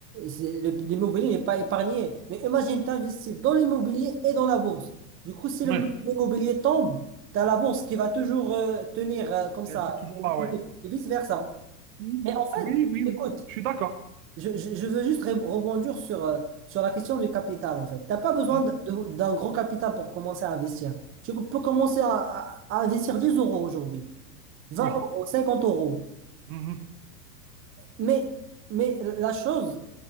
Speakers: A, on the right; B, on the right.
A: c'est- le- l'immobilier n'est pas épargné. Mais imagine, tu investis dans l'immobilier et dans la bourse. Du coup, si
B: Ouais.
A: le- l'immobilier tombe, tu as la bourse qui va toujours euh, tenir euh, comme ça,
B: Et c'est toujours là, ouais.
A: et vice-versa.
B: Mhm.
A: Mais en fait,
B: Oui, oui,
A: écoute,
B: oui. Je suis d'accord.
A: je, je- je veux juste ré- rebondir sur, euh, sur la question du capital, en fait. Tu n'as pas besoin
B: Mhm.
A: de- de- d'un gros capital pour commencer à investir. Tu peux commencer à, à- à investir 10 euros aujourd'hui, vingt
B: Oui.
A: euros, 50 euros.
B: Mhm.
A: Mais, mais la chose